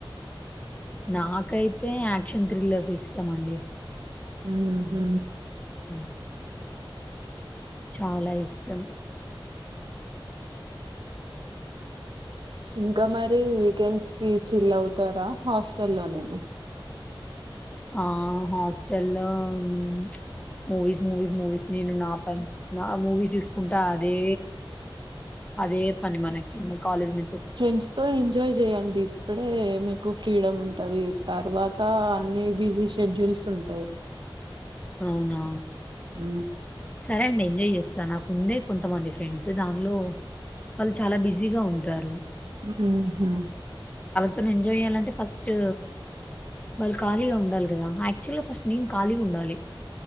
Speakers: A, on the left (about 15°); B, on the right (about 60°).
A: నాకైతే యాక్షన్ థ్రిల్లర్స్ ఇష్టం అండి.
B: ఉహు
A: ఉ చాలా ఇష్టం.
B: ఇంకా మరి వీకెండ్స్ కి చిల్ అవుతారా హాస్టల్లో నేన
A: ఆ హాస్టల్లో ప్చ్ మూవీస్ మూవీస్ మూవీస్ నేను నా పన్ నా మూవీస్ చూసుకుంటా అదే అదే పని మనకి ఇంక కాలేజ్ ని
B: ఫ్రెండ్స్తో ఎంజాయ్ జేయండి ఇప్పుడే మీకు ఫ్రీడమ్ ఉంటది తర్వాత అన్ని బిజీ షెడ్యూల్స్ ఉ ఉంటయి
A: అవునా
B: ఊ
A: సరే అండి. ఎంజాయ్ చేస్తా నాకు ఉందే కొంతమంది ఫ్రెండ్స్ దానిలో వాళ్ళు చాలా బిజీగా ఉంటారు
B: ఉ ఊహు
A: కని ఎంజాయ్ చేయ్యాలంటే ఫస్టు వాళ్ ఖాళీగా ఉండాలి కదా యాక్చుల్ గా ఫస్ట్ నేన్ ఖాళీగా ఉండాలి